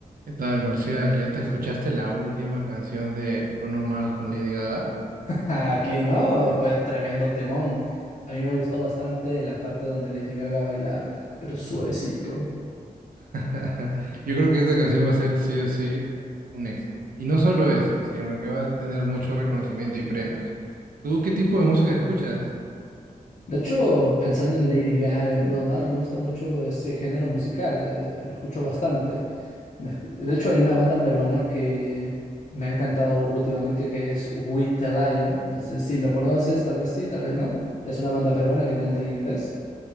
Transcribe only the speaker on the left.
¿A quién no? Fue tremendo temón. A mí me gustó bastante la parte donde Lady Gaga baila, pero suavecito.
De hecho, pensando en Lady Gaga, en Bruno Mars, me gusta mucho ese género musical, eh, lo escucho bastante. Me escu- de hecho, hay una banda peruana que me ha encantado últimamente que es We The Lion. No sé si lo conoces, tal vez sí, tal vez no. Es una banda peruana que canta en inglés.